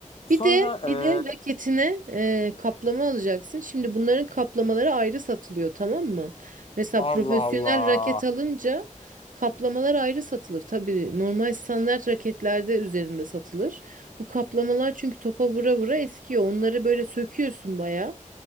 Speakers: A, on the left; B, on the right.
A: Sonra
B: Bir de
A: e,
B: bir de raketine e, kaplama alacaksın. Şimdi bunların kaplamaları ayrı satılıyor, tamam mı? Mesela
A: Allah
B: profesyonel
A: Allah.
B: raket alınca kaplamalar ayrı satılır. Tabii normal standart raketlerde üzerinde satılır. Bu kaplamalar çünkü topa vura vura eskiyor. Onları böyle söküyorsun bayağı.